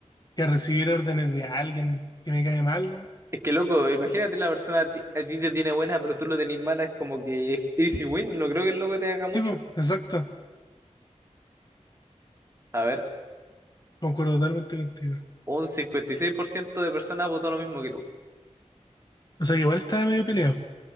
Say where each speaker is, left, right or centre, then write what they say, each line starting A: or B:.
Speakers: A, on the left; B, on the right.
A: que recibir órdenes de alguien que me cae mal, ¿no?
B: Es que loco, imagínate la persona a ti, a ti te tiene buena, pero tú lo tenés mala, es como que es easy win, no creo que el loco te haga mucho.
A: Sí, pues, exacto.
B: A ver,
A: Concuerdo totalmente contigo.
B: un 56% de personas votó lo mismo que tú.
A: O sea, que igual estaba medio peleado.